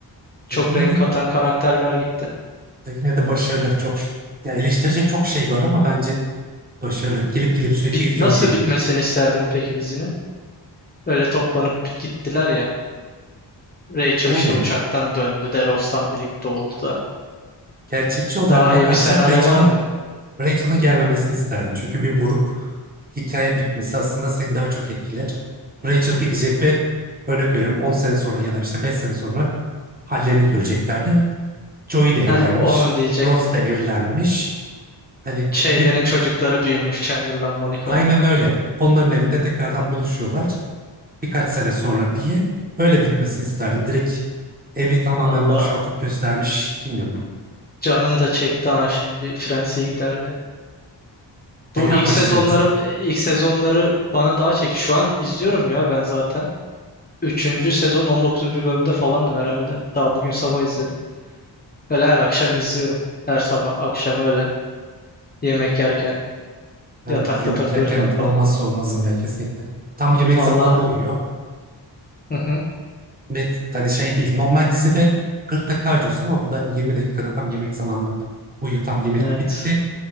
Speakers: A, on the left (about 25°); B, on the right (about 20°).
A: Çok
B: De yine
A: renk
B: de,
A: katan karakterler gitti.
B: de yine de başarılı. Çok ş- ya eleştirecek çok şey var ama bence başarılı. Gelip gelip
A: Bit
B: sürekli izliyorum
A: nasıl
B: çünkü.
A: bitmesini isterdim peki dizinin? Öyle toplanıp bit gittiler ya. Rachel
B: Yani
A: işte uçaktan döndü de Ross'tan birlikte oldu da.
B: gerçekçi olarak
A: Daha
B: bakarsak
A: iyi bir senaryo
B: Rachel'ın
A: var mı?
B: Rachel'ın gelmemesini isterdim. Çünkü bir buruk hikaye bitmesi aslında seni daha çok etkiler. Rachel gidecek ve örnek veriyorum 10 sene sonra ya da işte 5 sene sonra hallerini göreceklerdi. Joey de evlenmiş,
A: Heh, onu diyecektim.
B: Ross da evlenmiş. Hani
A: Şeylerin
B: to- bir,
A: çocukları büyümüş Chandler'la Monica'nın.
B: aynen öyle. Onların evinde tekrardan buluşuyorlar birkaç sene sonra diye. Öyle bitmesini isterdim. Direkt evi tamamen
A: Allah
B: boşaltıp göstermiş. Bilmiyorum.
A: canım da çekti ha şimdi bir Fransa'ya giderdi.
B: Tekrar
A: Bu ilk
B: mı başlayacak
A: sezonları
B: yoksa?
A: e, ilk sezonları bana daha çek. Şu an izliyorum ya ben zaten. Üçüncü sezon on dokuzuncu bölümde falandım herhalde. Daha bugün sabah izledim. Böyle her akşam izliyorum. Her sabah, akşam, öğlen, yemek yerken,
B: Ben
A: yatakta
B: yemek
A: takılırken
B: yerken
A: falan.
B: olmazsa olmazım ya kesinlikle. Tam yemek
A: Valla
B: zamanına uyuyor.
A: hı hı,
B: Ve hani şey değil. Normal dizide 40 dakika harcıyorsun ama burada hani 20 dakikada tam yemek zamanına uyuyor. Tam yemek
A: evet.
B: bitti.